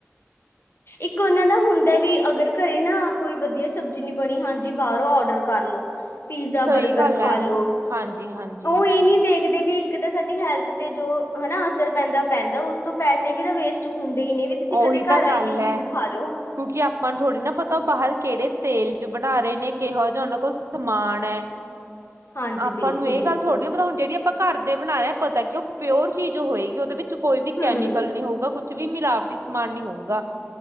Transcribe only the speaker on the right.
ਹ।
ਸਹੀ
ਗੱਲ
ਹੈ
ਹਾਂਜੀ ਹਾਂਜੀ
ਉਹੀ
ਤਾਂ
ਗੱਲ
ਹੈ
ਕਿਉਂਕਿ ਆਪਾਂ ਨੂੰ ਥੋੜ੍ਹੀ ਨਾ ਪਤਾ ਉਹ ਬਾਹਰ ਕੇੜੇ ਤੇਲ ਚ ਬਣਾ ਰਹੇ ਨੇ ਕਿਹੋ ਜਿਹਾ ਉਹਨਾਂ ਕੋਲ ਸਮਾਨ ਐ।
ਆਪਾਂ
ਨੂੰ ਏਹ ਗੱਲ
ਥੋੜੀ ਪਤਾ ਹੁਣ ਜੇੜਿਆ ਆਪਾਂ ਘਰ ਦੇ ਬਣਾ ਰਹੇ ਹਾਂ ਪਤਾ ਕਿ ਉਹ ਪਿਓਰ ਚੀਜ਼ ਹੋਏਗੀ ਉਦੇ ਵਿੱਚ ਕੋਈ ਵੀ
ਕੈਮੀਕਲ ਨੀ ਹੋਊਗਾ ਕੁ ਛ ਵੀ ਮਿਲਾਵਟੀ ਸਮਾਨ ਨੀ ਹੋਊਗਾ